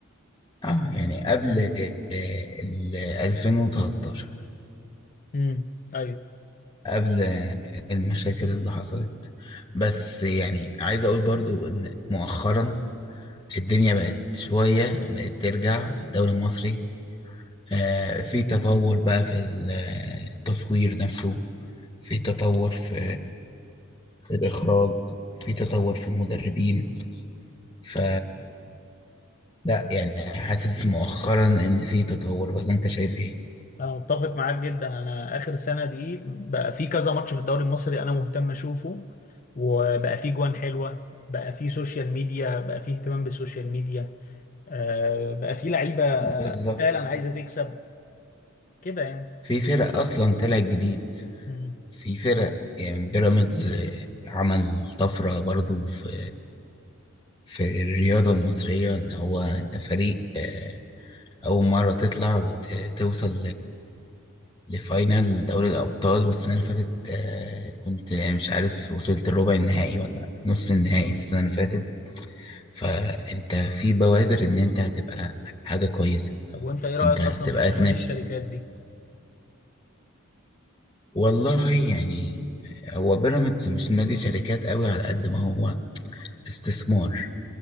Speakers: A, on the left; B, on the left.
A: اه يعني قبل آه، ال 2013
B: امم ايوه
A: قبل آه، المشاكل اللي حصلت بس يعني عايز اقول برضو ان مؤخرا الدنيا بقت شوية بقت ترجع في الدوري المصري آه، في تطور بقى في ال- التصوير نفسه في تطور في في الإخراج في تطور في المدربين ف لا يعني حاسس مؤخرا إن في تطور ولا أنت شايف إيه؟
B: انا متفق معاك جدا انا اخر سنه دي بقى في كذا ماتش في الدوري المصري انا مهتم اشوفه وبقى في جوان حلوه بقى في سوشيال ميديا بقى في اهتمام بالسوشيال ميديا آه بقى في لعيبه آه،
A: بالظبط
B: فعلا عايزه تكسب كده يعني
A: في فرق أصلا طلعت جديد
B: امم
A: في فرق يعني بيراميدز آه، عمل طفرة برضو في في الرياضة المصرية إن هو أنت فريق آه، أول مرة تطلع وتوصل لفاينل دوري الأبطال والسنة اللي فاتت آه، كنت مش عارف وصلت الربع النهائي ولا نص النهائي السنة اللي فاتت فأنت في بوادر إن أنت هتبقى حاجة كويسة
B: طب وانت ايه رايك
A: أنت
B: اصلا
A: هتبقى
B: في نوادي
A: تنافس
B: الشركات دي
A: والله يعني هو بيراميدز مش نادي شركات قوي على قد ما هو استثمار